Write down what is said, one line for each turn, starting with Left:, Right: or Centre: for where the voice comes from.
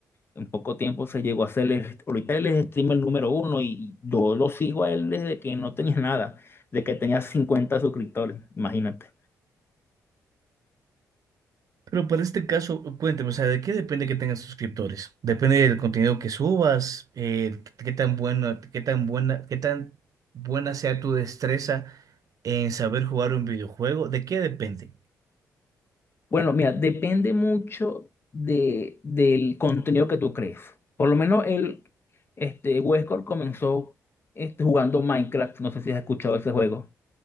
Left: En poco tiempo se llegó a ser, el- ahorita él es streamer número uno y yo lo sigo a él desde que no tenía <laughs> nada, de que tenía 50 suscriptores, imagínate.
Right: Pero para este caso, cuénteme, o sea, ¿de qué depende que tengas suscriptores? Depende del contenido que subas, eh, qué tan buena, qué tan buena, qué tan buena sea tu destreza en saber jugar un videojuego. ¿De qué depende?
Left: Bueno, mira, depende mucho de, del contenido que tú crees. Por lo menos el este, Westcore comenzó este, jugando Minecraft. No sé si has escuchado ese juego.